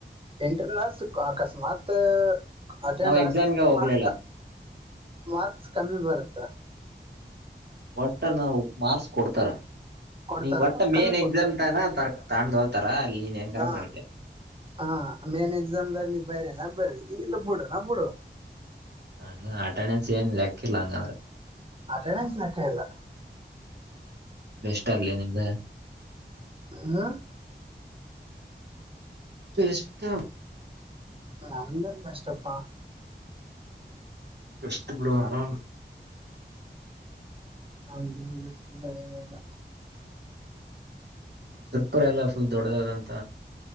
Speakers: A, on the right (about 30°); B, on the right (about 65°).
A: ಎಂಟ್ರ ನರ್ಸ್ ಅಕಸ್ಮಾತ್ ಅಟೆಂಡ್
B: ನಾವ್ ಎಕ್ಸಾಮ್ಗೆ
A: ಆಗ್ಲ ಅಂದ್ರೆ
B: ಹೋಗ್ಲಿಲ್ಲ
A: ಮಾರ್ಸ್ತ ಮಾರ್ಕ್ಸ್ ಕಮ್ಮಿ ಬರುತ್ತಾ
B: ಒಟ್ಟ ನ ಮಾರ್ಕ್ಸ್ ಕೊಡ್ತಾರ
A: ಕೊಡ್ತಾರ
B: ನೀ ಒಟ್ಟ
A: ಒಟ್
B: ಮೇನ್
A: ಕಮ್ಮಿ ಕೊಡ್ತಾರ
B: ಎಕ್ಸಾಮ್ ಟ ತರ ತಾೊಂಡು ಹೋ್ತಾರ ಅಲ್ಲಿ ಹೆಂಗಾರ
A: ಹ
B: ಮಾಡ್ಕೆ
A: ಹ ಮೇನ್ ಎಕ್ಸಾಮ್ದಾಗ ನಿ ಬೇರೆ ನ ಬ್ರ ಇಲ್ಲ ಬಿಡು ನಾ ಬಿಡು
B: ಹ ಅಟೆಂಡೆನ್ಸ್ ಏನ್ಲ್ಲಾಕ್ಕಿಲ್ಲ ಹಂಗಂದ್ರೆ
A: ಅಟೆಂಡೆನ್ಸ್ ಯಾಕ ಇಲ್ಲ
B: ಬೆಸ್ಟ್ ಅರ್ಲಿ ನಿಮ್ದ
A: ಹ್ಮ
B: ಎಷ್ಟ
A: ನಂದನ್ ಬೆಷ್ಟಪ್ಪಾ
B: ಬೆಸ್ಟು ಬಿಡು ಆರಾಮ್
A: ನಮ್ ರೆಸ್ಟ್ ಇಲ್ಲ ಏನಿಲ್ಲ
B: ಸುರ್ಪು ಎಲ್ಲ ಫುಲ್ ದೊಡ್ಡದದಂತ